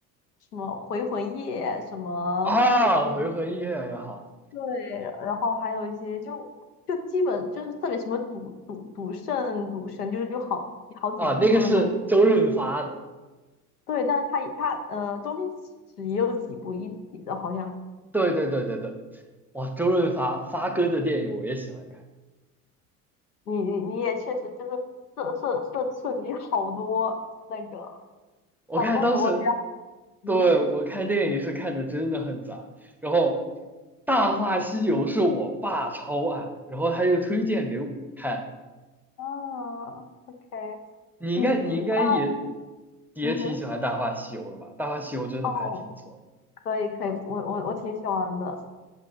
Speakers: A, on the left; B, in the centre.
A: 什么《回魂夜》什么那种，
B: 啊，回魂夜也好
A: 对，然后还有一些就就基本就是特别什么赌赌赌圣、赌神，就是就好好几部那种。
B: 啊，那个是周润发的。
A: 对，但是他他呃，周星驰也有几部一起的，好像
B: 对对对对对，哇，周润发发哥的电影我也喜欢看。
A: 你你你也确实就是涉涉涉涉及好多那个
B: 我看当时，
A: 好多国家。鱼
B: 对，我看电影是看的真的很杂。然后《大话西游》是我爸超爱，然后他就推荐给我看。
A: 啊 o k
B: 你应该你应该也
A: 你你爸，
B: 也挺喜欢《大话西游》的吧？
A: 嗯哼，
B: 《大话西游》真的拍的挺不错，
A: 哦，可以可以，我我我挺喜欢的。